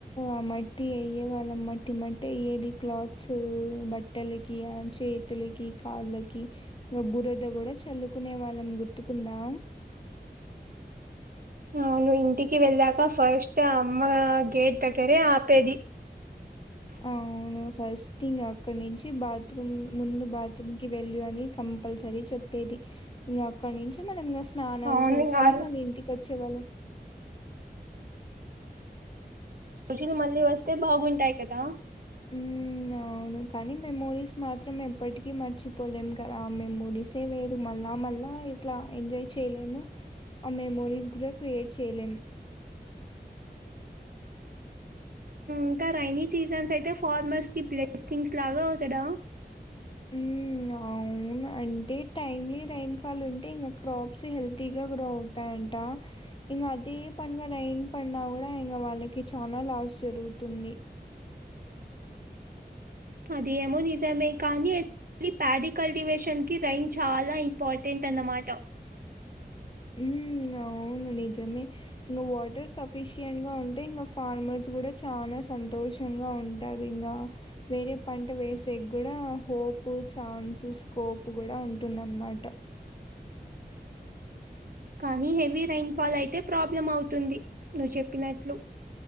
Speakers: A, on the left; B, on the right.
A: ఆ మట్టి అయ్యే వాళ్ళం మట్టి మట్టి అయ్యేది క్లాత్స్ బట్ట లకి, చేతులకి కాళ్ళకి. ఇంగ బురద కూడా చల్లుకునే వాళ్ళం గుర్తుకుందా?
B: అవును ఇంటికి వెళ్ళక ఫస్ట్ అమ్మ గేట్ దగ్గరే ఆపేది.
A: అవును ఫస్ట్ ఇంగ అక్కడ నుంచి బాత్రూమ్ ముందు బాత్రూమ్ కి వెళ్ళు అని కంపల్సరీ చెప్పేది. ఇంగ అక్కడ నుంచి మనం ఇంగ స్నానాలు
B: అవును
A: చేసుకొని
B: ఇంగ ఆ
A: మళ్ళి ఇంటికి వచ్చేవాళ్ళం
B: ఆ రోజులు మళ్ళీ వస్తే బాగుంటాయి కదా?
A: మ్ అ అవును, కానీ మెమోరీస్ మాత్రం ఎప్పటికీ మర్చిపోలేం గదా ఆ మెమోరీస్ వేరు. మళ్ళా మళ్ళా ఇట్లా ఎంజాయ్ చేయలేము. ఆ మెమోరీస్ కూడా క్రియేట్ చేయలేం.
B: ఇంకా రైైనీ సీజన్స్ అయితే ఫార్మర్స్ కి బ్లెస్సింగ్స్ లాగా కదా?
A: మ్ అవును. మ్ అంటే టైమ్లీ రైయిన్ఫాల్ ఉంటే ఇంకా క్రాప్స్ హెల్తీగా గ్రో అవుతాయంట. ఇంగా అదే పనిగా రైన్ పడినా గూడా, ఇంగా వాళ్ళకి చాలా లాస్ జరుగుతుంది.
B: అది ఎమో నిజమే కానీ ఎ ప్యాడీ కల్టివేషన్ కి రైం చాలా ఇంపార్టెంట్ అన్నమాట.
A: ఉమ్ అవును నిజమే. నువు వాటర్ సఫిషియయంట్ గా ఉంటే ఇంకా ఫార్మర్స్ కూడా చాలా సంతోషం గా ఉంటారు ఇంగా వేరే పంట వేసే గూడా హోప్ ఛాన్సు స్కోప్ గూడా ఉంటుందన్నమాట.
B: కానీ హెవీ రైన్ ఫాల్ అయితే ప్రాబ్లం అవుతుంది నువ్వు చెప్పినట్లు.